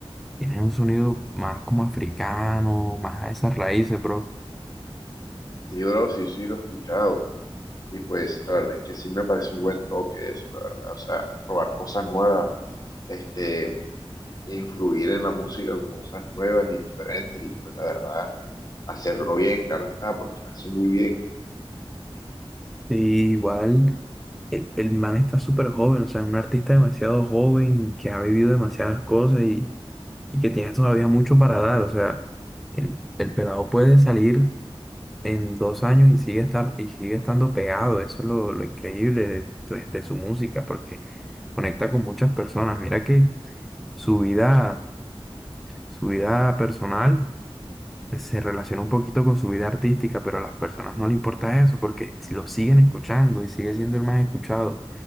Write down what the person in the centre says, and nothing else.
tienen un sonido más como africano, más a esas raíces, bro.
Y igual el, el man está súper joven, o sea, es un artista demasiado joven que ha vivido demasiadas cosas y y que tiene todavía mucho para dar. O sea, el, el pelado puede salir en dos años y sigue estar, y sigue estando pegado. Eso es lo, lo increíble de, de- de su música, porque conecta con muchas personas. Mira que su vida, su vida personal pues, se relaciona un poquito con su vida artística, pero a las personas no le importa eso, porque si lo siguen escuchando y sigue siendo el más escuchado.